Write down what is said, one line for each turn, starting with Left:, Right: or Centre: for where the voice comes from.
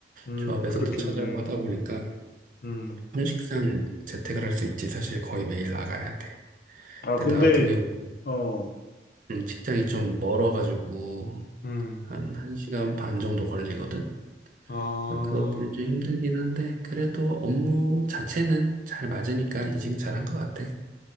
Left: 음,
Right: 조합에서도
Left: 그렇겠네.
Right: 찾아고 하다 보니까
Left: 음.
Right: 형식상 재택을 할 수 있지 사실 거의 매일 나가야 돼.
Left: 아,
Right: 근데
Left: 근데,
Right: 나 같은 경우
Left: 어,
Right: 음, 직장이 좀 멀어가지고
Left: 음,
Right: 한 1시간 반 정도 걸리거든.
Left: 아,
Right: 그래서 그것 들이 좀 힘들긴 한데 그래도 업무 자체는 잘 맞으니까 이직 잘한 것 같아.